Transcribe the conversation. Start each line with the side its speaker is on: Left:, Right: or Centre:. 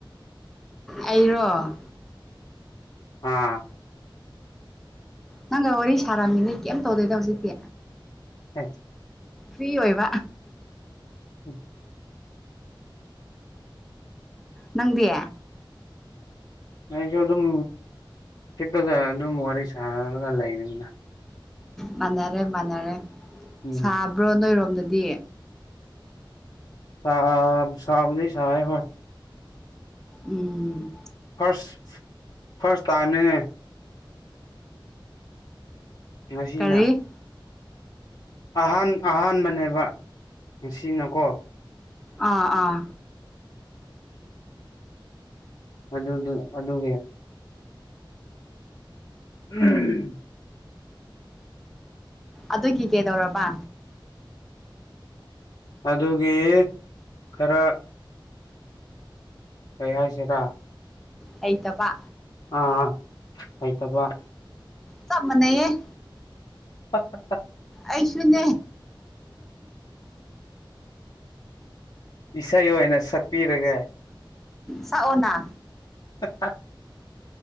Centre: ꯑꯩꯔꯣ
Left: ꯑꯥ
Centre: ꯅꯪꯒ ꯋꯥꯔꯤ ꯁꯥꯔꯝꯃꯤꯅꯦ ꯀꯩꯝ ꯇꯧꯗꯦꯗ ꯍꯧꯖꯤꯛꯇꯤ
Left: ꯑ <unintelligible>
Centre: ꯐ꯭ꯔꯤ ꯑꯣꯏꯕ
Left: ꯎꯝ <inaudible>
Centre: ꯅꯪꯗꯤ
Left: ꯑꯩꯁꯨ ꯑꯗꯨꯝ ꯍꯤꯞꯂꯒ ꯑꯗꯨꯝ ꯋꯥꯔꯤ ꯁꯥꯔꯒ ꯂꯩꯕꯅꯤꯅ
Centre: ꯃꯥꯟꯅꯔꯦ ꯃꯥꯟꯅꯔꯦ
Left: ꯎꯝ
Centre: ꯁꯥꯕ꯭ꯔꯣ ꯅꯣꯏꯔꯣꯝꯗꯗꯤ
Left: ꯁꯥ ꯁꯥꯕꯨꯗꯤ ꯁꯥꯢ ꯍꯣꯏ
Centre: ꯎꯝ
Left: ꯐꯥꯔꯁ ꯐꯥꯔꯁ ꯇꯥꯢꯝꯅꯤꯅꯦ ꯉꯁꯤꯅ
Centre: ꯀꯔꯤ
Left: ꯑꯍꯥꯟ ꯑꯍꯥꯟꯕꯅꯦꯕ ꯉꯁꯤꯅꯀꯣ
Centre: ꯑꯥ ꯑꯥ
Left: ꯑꯗꯨꯗꯨ ꯑꯗꯨꯗꯒ ꯎꯝ
Centre: ꯑꯗꯨꯒꯤ ꯀꯩꯗꯧꯔꯕ
Left: ꯑꯗꯨꯒꯤ ꯈꯔ ꯀꯩ ꯍꯥꯏꯁꯤꯔ
Centre: ꯍꯩꯇꯕꯥ
Left: ꯑꯥ ꯍꯥꯩꯇꯕ
Centre: ꯆꯞ ꯃꯥꯟꯅꯩꯌ‌ꯦ
Left: ꯐ <unintelligible>
Centre: ꯑꯩꯁꯨꯅꯦ
Left: ꯏꯁꯩ ꯑꯣꯏꯅ ꯁꯛꯄꯤꯔꯒ‌ꯦ
Centre: ꯁꯛꯑꯣꯅ
Left: <unintelligible>